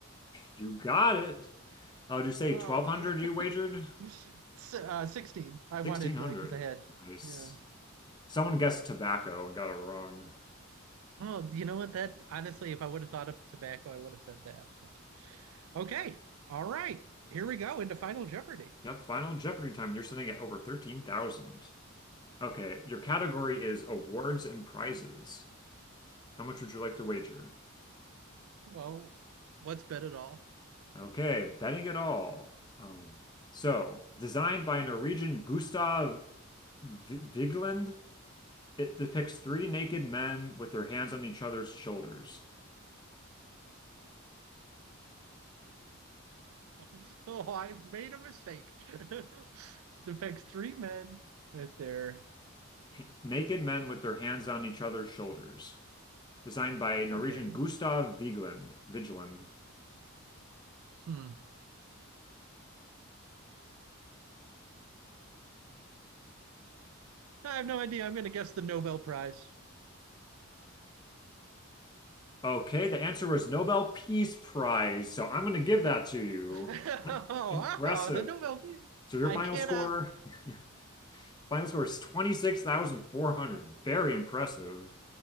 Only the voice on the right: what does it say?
Oh
yeah.
<laughs>
S- Uh, 16. I wanted
because I had
yeah.
Oh, you know what? That honestly, if I would have thought of tobacco, I would have said that. But okay. All right. Here we go into Final Jeopardy.
Well, what's bet it all?
<laughs> Oh, I've made a mistake. <laughs> It affects three men that they're
okay.
Hmm. I have no idea. I'm gonna guess the Nobel Prize.
<laughs>
Oh,
wow, the Nobel Peace.
I
cannot.